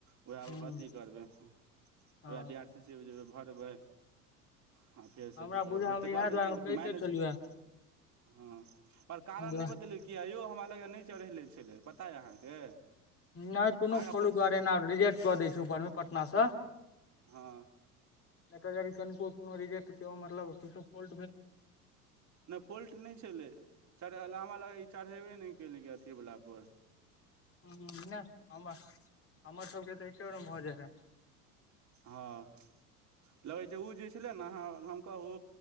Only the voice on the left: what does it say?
हूँ
हँ
हमरा
बुझल
मे
इएह
दुआरे
हम कहिते
छलियौ
जे
नहि कोनो
फॉलो
दुआरे ने रिजेक्ट कऽ दै छै ऊपरमे पटनासँ
एकटा जभ कनिको कोनो रिजेक्ट सेहो मतलब किछो फोल्ट भेल
ह नहि हमरा हमर सबके तऽ एके बेरमे भऽ जाइ हेय